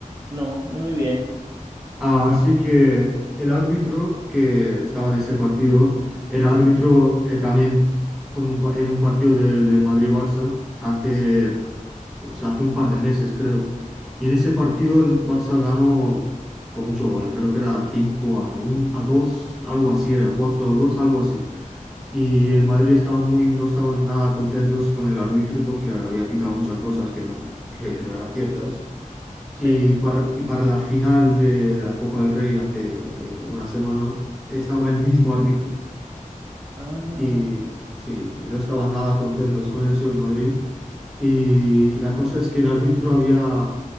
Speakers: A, on the right; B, in the centre.
A: No, no muy bien.
B: Así que el árbitro que estaba en ese partido era árbitro eh, también con un pa- en un partido del, del Madrid-Barça hace,
A: Sí,
B: pf, o sea, hace un par de meses, creo. Y en ese partido el Barça ganó con mucho gol, creo que era cinco a 1, a 2 algo así era, 4 a 2 algo así. Y el Madrid estaba muy, no estaban nada contentos con el árbitro porque había pitado muchas cosas que no, que que no eran ciertas.
A: sí.
B: Y para, y para la final de, de la Copa del Rey hace, hace una semana estaba el mismo árbitro.
A: Ah,
B: Y sí, y no estaban nada contentos con eso en Madrid. Y la cosa es que el árbitro había,